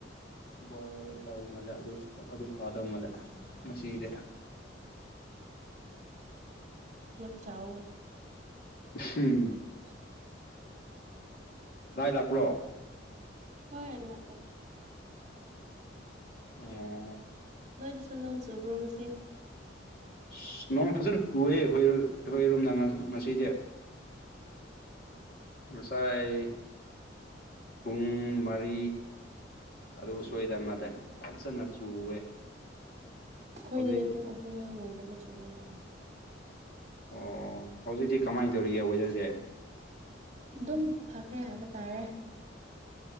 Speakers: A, on the left; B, on the right.
A: ꯕꯣꯏꯜ ꯇꯧ ꯃꯥꯜꯂꯦ ꯑꯗꯨ ꯑꯗꯨ ꯇꯥꯗꯧ ꯃꯥꯜꯂꯦ ꯃꯁꯤꯗꯤ
B: ꯌꯥꯝ ꯆꯎ
A: ꯍꯝ
B: <unintelligible>
A: ꯉꯥꯏ ꯂꯥꯛꯄ꯭ꯔꯣ
B: ꯍꯣꯏꯂ
A: ꯎꯝ
B: ꯅꯣꯏꯗꯤꯁꯨꯣ ꯅꯟꯁꯨꯕ꯭ꯔꯣꯪꯁꯤꯦ
A: ꯑꯁ ꯅꯣꯡꯃ ꯐꯖꯅ ꯇꯌꯦ ꯑꯩꯈꯣꯏ ꯑꯩꯈꯣꯏꯔꯣꯝꯅ ꯉꯁꯤꯗꯤ ꯉꯅꯨꯡꯁꯥꯏ ꯄꯨꯡ ꯃꯔꯤ ꯑꯗꯨ ꯁꯣꯏꯗ ꯃꯥꯅꯦ ꯐꯖꯅ ꯆꯨꯋꯦ
B: ꯑꯩꯈꯣꯏꯅꯗꯤ
A: ꯍꯧꯖꯤꯛꯇꯤ
B: ꯄꯨꯡ ꯑꯍꯨꯝꯒꯨꯝꯕꯅ ꯆꯨꯕ ꯃꯥꯜꯂꯦ
A: ꯑꯣ ꯍꯧꯖꯤꯛꯇꯤ ꯀꯃꯥꯏꯅ ꯇꯧꯔꯤꯒꯦ ꯋꯦꯗꯔꯁꯦ
B: ꯑꯗꯨꯝ ꯐꯈ꯭ꯔꯦ ꯍꯥꯏꯕ ꯇꯥꯔꯦ